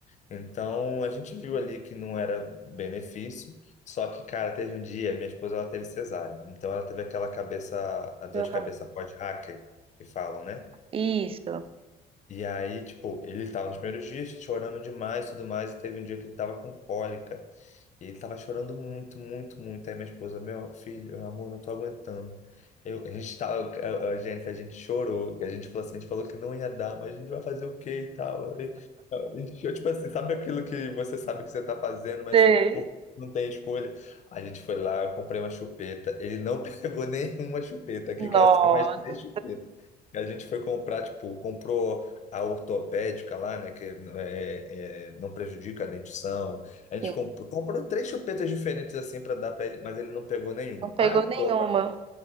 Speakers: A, on the left; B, on the right.
A: Então, a gente viu ali que não era benefício, só que, cara, teve um dia, minha esposa, ela teve cesárea. Então, ela teve aquela cabeça, a dor
B: aham.
A: de cabeça pós-hacker, que falam, né?
B: isso.
A: E aí, tipo, ele estava nos primeiros dias chorando demais e tudo mais, e teve um dia que ele estava com cólica. E ele tava chorando muito, muito, muito. Aí minha esposa, meu filho, amor, não tô aguentando. Eu, a gente tava, a, a Jennifer, a gente chorou, a gente falou assim, a gente falou que não ia dar, mas a gente vai fazer o quê e tal. E, a gente, eu, tipo assim, sabe aquilo que você sabe que você tá fazendo, mas
B: Sei.
A: por, não tem escolha? A gente foi lá, eu comprei uma chupeta. Ele não <laughs> pegou nenhuma chupeta. Aqui em casa
B: Nossa.
A: tem umas três chupetas. E A gente foi comprar, tipo, comprou a ortopédica lá, né, que é, é, não prejudica a dentição, a gente
B: Sim,
A: comprou, comprou três chupetas diferentes assim para dar para ele, mas ele não pegou nenhum.
B: não pegou
A: Agora,
B: nenhuma.